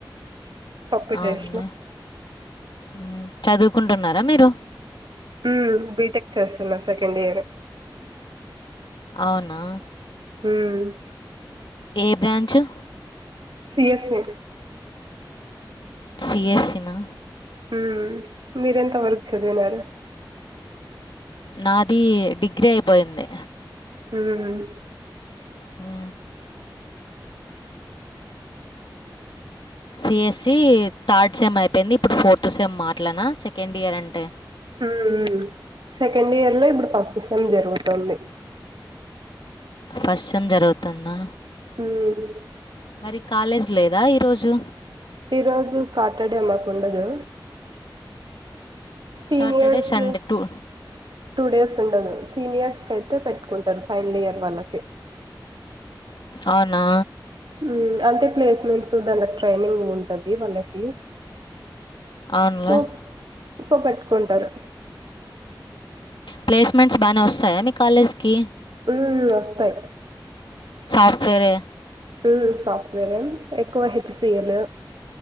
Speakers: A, on the right (about 75°); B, on the left (about 80°).
A: పప్పు
B: అవున్న
A: చేసిన
B: ఉమ్ చదువుకుంటున్నారా మీరు
A: ఉమ్ బీటెక్ చేస్తున్నా సెకండ్ ఇయర్
B: అవునా
A: ఊమ్
B: ఏ బ్రాంచు
A: సిఎస్సి
B: సిఎస్సి నా
A: ఉ మీరెంత వరకు చదివినారు
B: నాది డిగ్రీ అయిపోయింది
A: ఉమ్
B: హూ సి ఎస్ళసి థర్డ్ సెమ్ అయిపోయింది ఇప్పుడు ఫోర్త్ సెమ్ అట్లానా సెకండ్ ఇయర్ అంటే
A: హూ ఉమ్ సెకండ్ ఇయర్ లో ఇప్పుడు ఫస్ట్ సెమ్ జరుగుతుంది
B: ఫస్ట్ సెమ్ జరుగుతుందా
A: ఉమ్
B: మరి కాలేజ్ లేదా ఈరోజు
A: ఈ రోజు సాటర్డే మాకు ఉండదు seniors
B: Saturday Sunday two
A: two days ఉండదు సీనియర్స్ కై తే పెట్టుకుంటారు ఫైనల్ ఇయర్ వాళ్ళకి
B: అవునా
A: ఉమ్మ్ అంటే ప్లేస్మెంట్స్ దాన్లకు ట్రైనింగ్ ఉంటది వాళ్ళకి
B: అవునులే
A: సో సో పెట్టుకుంటారు
B: ప్లేస్మెంట్స్ బానే వస్తాయా మీ కాలేజ్ కి
A: ఉమ్ వస్తాయి
B: సాఫ్ట్వేర్ యే
A: ఉమ్ సాఫ్ట్వేర్ యే ఎక్కువ హెచ్ సి ఎల్